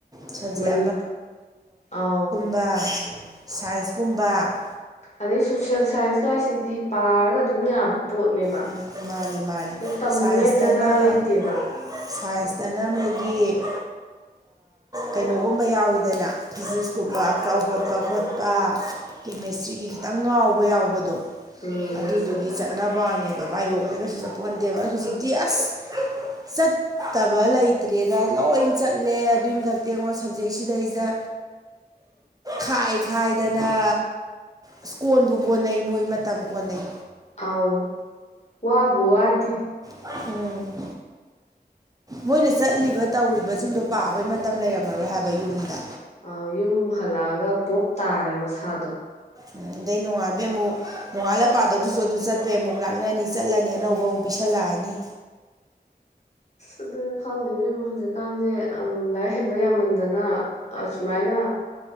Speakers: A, on the right; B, on the left.
A: ꯁꯕꯖꯦꯛ
B: ꯃꯅꯤ ꯑꯥꯎ
A: ꯕ ꯁꯥꯏꯟꯁꯀꯨꯝꯕ
B: ꯑꯗꯩ ꯁꯣꯁꯦꯜ ꯁꯥꯏꯟꯁꯀꯥꯏꯁꯤꯗꯤ ꯄꯥꯔꯒ ꯑꯗꯨꯝ ꯌꯥꯕ ꯄꯣꯠꯅꯦꯕ
A: ꯎꯝ ꯃꯥꯅꯦ ꯃꯥꯅꯦ
B: ꯁꯤꯗ ꯇꯝꯅꯤꯡꯉꯥꯏ
A: ꯁꯥꯏꯟꯁꯇꯅ
B: ꯗꯔꯀꯥꯔ ꯂꯩꯇꯦꯕ
A: ꯁꯥꯏꯟꯁꯇꯅ ꯃꯣꯏꯒꯤ ꯀꯩꯅꯣꯒꯨꯝꯕ ꯌꯥꯎꯋꯤꯗꯅ ꯐꯤꯖꯤꯛꯁꯀꯨꯝꯕ ꯑꯪꯀ ꯍꯣꯠꯄ ꯈꯣꯠꯄ ꯀꯦꯃꯦꯁꯇ꯭ꯔꯤꯒꯤ ꯈꯤꯇꯪ ꯉꯥꯎꯕ ꯌꯥꯎꯕꯗꯣ
B: ꯎꯝ
A: ꯑꯗꯨꯗꯨꯒꯤ ꯆꯠꯅꯕꯥꯋꯥꯅꯦꯕ ꯃꯥꯏꯌꯣꯛꯇ ꯀꯩꯁꯨ ꯆꯠꯄꯣꯟꯇꯦꯕ ꯍꯧꯖꯤꯛꯇꯤ ꯑꯁ ꯆꯠ ꯇꯕ ꯂꯩꯇ꯭ꯔꯦꯗ ꯂꯣꯏ ꯆꯠꯂꯦ ꯑꯗꯨꯏ ꯃꯊꯛꯇ ꯌꯦꯡꯉꯣ ꯁꯞꯖꯦꯛꯁꯤꯗꯩꯖꯤꯗ
B: <inaudible>
A: ꯈꯥꯏ ꯈꯥꯏꯗꯅ ꯏꯁ ꯀꯣꯟꯕꯨ ꯀꯣꯟꯅꯩ ꯃꯣꯏ ꯃꯇꯝ ꯀꯣꯟꯅꯩ
B: ꯑꯧ ꯋꯥꯕꯨ ꯋꯥꯗꯦ
A: ꯎꯝ ꯃꯣꯏꯅ ꯆꯠꯂꯤꯕ ꯇꯧꯔꯤꯕꯖꯤꯡꯗꯣ ꯄꯥꯕꯩ ꯃꯇꯝ ꯂꯩꯔꯝꯃꯔꯣꯏ ꯍꯥꯏꯕ ꯌꯨꯝꯗ
B: ꯑ ꯌꯨꯝ ꯍꯜꯂꯛꯑꯒ ꯄꯣꯞ ꯇꯥꯔꯦ ꯃꯁꯥꯗꯣ
A: ꯎꯝ ꯑꯗꯩ ꯅꯣꯡꯉꯥꯟꯕꯩ ꯑꯃꯨꯛ ꯅꯣꯡꯉꯥꯜꯂ ꯄꯥꯗꯧꯗꯨꯁꯨ ꯗꯨ ꯆꯠꯄꯩ ꯑꯃꯨꯛ ꯂꯥꯛꯅꯅꯤ ꯆꯠꯂꯅꯤ ꯑꯅꯧꯕ ꯑꯃꯨꯛ ꯄꯤꯁꯟꯂꯛꯑꯅꯤ
B: ꯑꯗꯨꯅ ꯈꯪꯗꯦ ꯏꯕꯦꯝꯃ ꯍꯧꯖꯤꯛꯀꯥꯟꯖꯦ ꯑꯝ ꯂꯥꯏꯔꯤꯛ ꯍꯩꯕ ꯌꯥꯝꯃꯟꯗꯅ ꯑ ꯑꯁꯨꯃꯥꯏꯅ